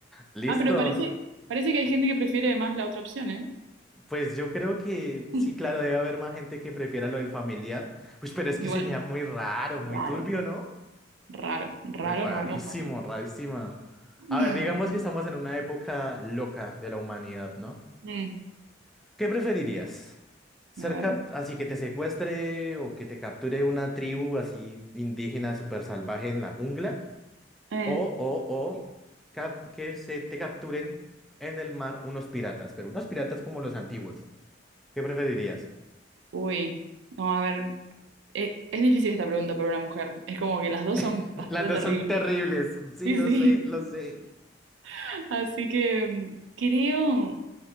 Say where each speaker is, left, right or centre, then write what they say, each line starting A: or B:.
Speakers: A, in the centre; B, on the right.
A: Listo.
B: Ah, pero parece, parece que hay gente que prefiere más la otra opción, ¿eh?
A: Pues yo creo que sí,
B: <laughs>
A: claro, debe haber más gente que prefiera lo del familiar. Pues, pero es
B: Igual,
A: que sería muy raro, muy
B: raro,
A: turbio, ¿no?
B: raro, raro,
A: Uy, Rarísimo,
B: raro, raro.
A: rarísima.
B: <laughs>
A: A ver, digamos que estamos en una época loca de la humanidad, ¿no?
B: Mm,
A: ¿Qué preferirías? ¿Ser
B: a ver.
A: cap- así que te secuestre o que te capture una tribu así indígena súper salvaje en la jungla?
B: Eh,
A: O, o, o cap- que se te capturen en el mar unos piratas, pero unos piratas como los antiguos. ¿Qué preferirías?
B: uy, no, a ver. eh, es difícil esta pregunta para una mujer. Es como que las dos son
A: <laughs>
B: bastante
A: Las dos
B: terribles.
A: son terribles. Sí,
B: Sí,
A: lo
B: sí.
A: sé, lo sé.
B: <laughs> Así que mm, creo.